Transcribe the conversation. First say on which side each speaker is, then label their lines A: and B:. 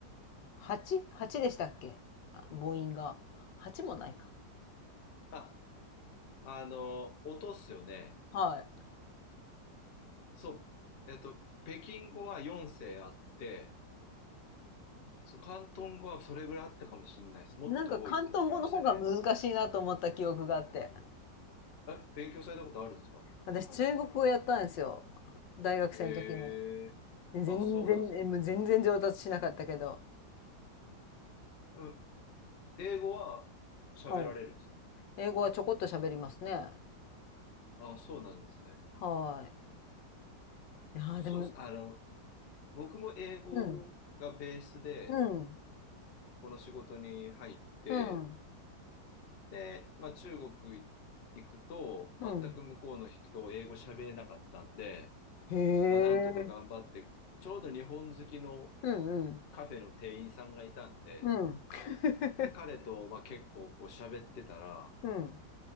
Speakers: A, on the left; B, on the left.
A: 8?8 でしたっけあ母音が。8もないか。
B: あ、あの、音っすよね。
A: はい。
B: そう、えっと、北京語は4声あって、そう、広東語はそれぐらいあったかもしれないです。もっと多いって聞きましたね。
A: うん。なんか広東語の方が難しいなと思った記憶があって。
B: え、勉強されたことあるんですか
A: 私中国語やったんですよ。大学生の時に。
B: ええーあ、
A: 全然、
B: そうなんですか。
A: えもう全然上達しなかったけど。
B: うん、英語は喋られるんですか
A: はい。英語はちょこっと喋りますね。
B: あ、そうなんですね。
A: はい。いやーでも、
B: そうです。あの、僕も英語がベースで、
A: うん、うん、
B: この仕事に入って、
A: うん、
B: で、まあ、中国行くと、
A: うん。
B: 全く向こうの人を英語喋れなかったんで、
A: へえ。
B: まあ、なんとか頑張って、ちょうど日本好きの
A: うんうん。
B: カフェの店員さんがいたんで、
A: うん。<laughs>
B: で、彼と、まあ、結構こう喋ってたら、
A: うん。